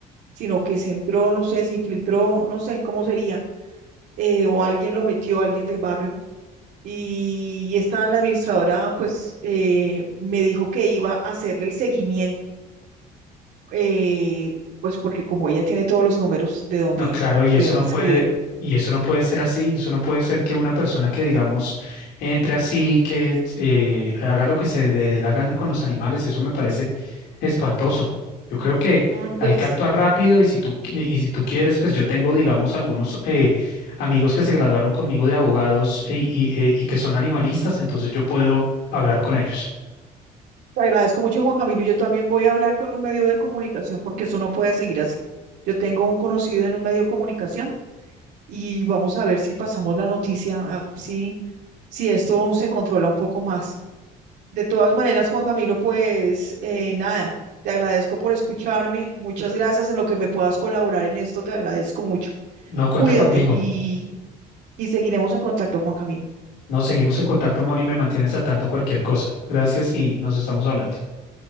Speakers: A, on the right (about 80°); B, on the left (about 80°).
A: sino que se entró, no sé, se infiltró, no sé cómo sería, eh, o alguien lo metió, alguien del barrio. Y esta, la administradora, pues, eh, me dijo que iba a hacerle el seguimiento, eh, pues porque como ella tiene todos los números de donde,
B: No, claro, y eso
A: de donde
B: no puede,
A: escriben.
B: y eso no puede ser así, eso no puede ser que una persona que, digamos, entre así, que eh, haga lo que se le dé la gana con los animales, eso me parece espantoso. Yo creo que
A: Ah, Entonces,
B: hay que actuar rápido y si tú, qui- y si tú quieres, pues yo tengo, digamos, algunos eh, amigos que se graduaron conmigo de abogados y, y eh, y que son animalistas, entonces yo puedo hablar con ellos.
A: Te agradezco mucho, Juan Camilo. y Yo también voy a hablar con un medio de comunicación porque eso no puede seguir así. Yo tengo un conocido en un medio de comunicación y vamos a ver si pasamos la noticia, a ver si, si esto se controla un poco más. De todas maneras, Juan Camilo, pues eh, nada, te agradezco por escucharme. Muchas gracias en lo que me puedas colaborar en esto, te agradezco mucho.
B: No cuenta
A: Cuídate
B: conmigo.
A: y, y seguiremos en contacto, Juan Camilo.
B: Nos seguimos en contacto, Moni, y me mantienes al tanto cualquier cosa. Gracias y nos estamos hablando.